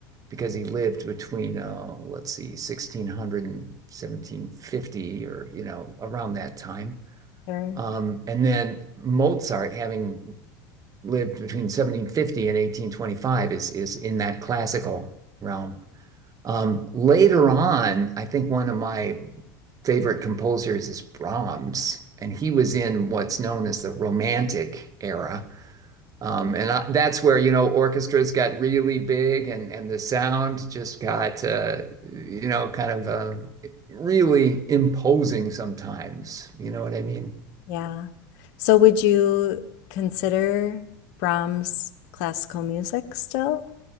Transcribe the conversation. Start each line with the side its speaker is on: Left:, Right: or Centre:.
Right: because he lived between, uh, let's see, 1600 and 1750, or, you know, around that time.
Left: Sure.
Right: Um, and then Mozart, having lived between 1750 and 1825 is is in that classical realm. Um, later on, I think one of my favorite composers is Brahms, and he was in what's known as the Romantic era. Um, and I, that's where you know orchestras got really big, and and the sound just got uh, you know kind of uh, really imposing sometimes. You know what I mean?
Left: Yeah. So would you consider Brahms classical music still?